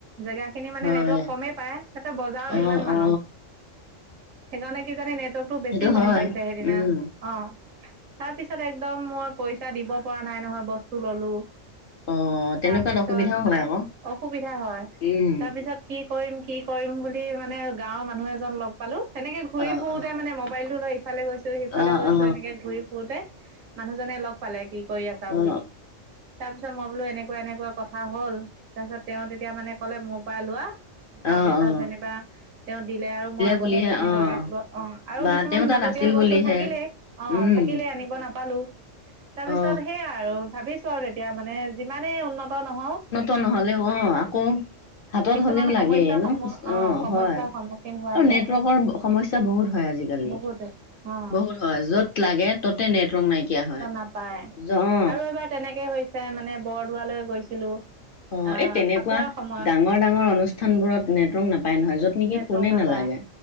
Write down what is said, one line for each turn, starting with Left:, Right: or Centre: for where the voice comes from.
Right: জেগা খিনি মানে
Left: হয়
Right: নেটৱৰ্ক কমেই পায় সিহঁতে বজাৰত
Left: অ
Right: ইমান মানুহ
Left: অ
Right: সেইকাৰণে কি জানি নেটৱৰ্কতটো বেছি
Left: সেইটো হয়
Right: কম পাইছে সেইদিনা
Left: উম
Right: অঁ তাৰ পিছত একদম মই পইচা দিব পৰা নাই নহয় বস্তু ললো।
Left: অঁ তেনেকুৱাত
Right: তাৰপিছত
Left: অসুবিধাওঁ হয় আকৌ।
Right: অসুবিধা হয়
Left: উম
Right: তাৰপিছত কি কৰিম কি কৰিম বুলি। য মানে গাঁৱৰ মানুহ এজন লগ পালো। সনেকে ঘূৰি
Left: অ
Right: ফুৰোতে
Left: অ
Right: মানে মোবাইলটো লৈ ইফালে গৈছো সিফালে
Left: অ
Right: গৈছো
Left: অ
Right: এনেকে ঘূৰি ফুৰোতে মানুহজনে লগ পালে কি কৰি আছা
Left: অ
Right: বুলি। তাৰপিছত মই বোলো এনেকুৱা এনেকুৱা কথা হ'ল। তাৰপিছত তেওঁ তেতিয়া মানে কলে মোৰ পৰা লোৱা। তাৰপিছত
Left: অ অ অ
Right: যেনিবা তেওঁ দিলে আৰু মই
Left: বুলিহে
Right: বস্তু খিনি লৈ
Left: অ
Right: আহিব অঁ আৰু
Left: বা
Right: কিছুমান
Left: তেওঁ তাত
Right: লাগ। লাগতিয়াল
Left: আছিল
Right: বস্তু
Left: বুলিহে
Right: থাকিলে। অঁ
Left: উম
Right: থাকিলে আনিব নাপালো। তাৰপিছত
Left: অ
Right: সেইয়া আৰু ভাবিছো আৰু তেতিয়া মানে যিমানেই উন্নত নহওঁক।
Left: নহলে অঁ আকৌ হাতত
Right: কিছুমান
Left: হ'লেও লাগে
Right: সমস্যা
Left: ন
Right: সম অ
Left: অঁ
Right: সমস্যাৰ
Left: হয়
Right: সন্মুখীন হোৱাই
Left: আৰু
Right: যায়
Left: নেটৱৰ্কৰ সমস্যা বহুত হয়। আজিকালি।
Right: বহুতে অ
Left: বহুত হয় যত লাগে ততে নেটৱৰ্ক নাইকিয়া হয়।
Right: নাপায়
Left: অ
Right: আৰু এবাৰ তেনেকে হৈছে মানে বৰদোৱালৈ গৈছিলো।
Left: অ
Right: আহ
Left: এই তেনেকুৱা
Right: ফাকুৱাৰ সময়ত
Left: ডাঙৰ ডাঙৰ অনুষ্ঠান বোৰত নেটৱৰ্ক নাপায় নহয়, য'ত নেকি
Right: নেটৱৰ্ক
Left: ফোনে
Right: নাপায়
Left: নালাগে।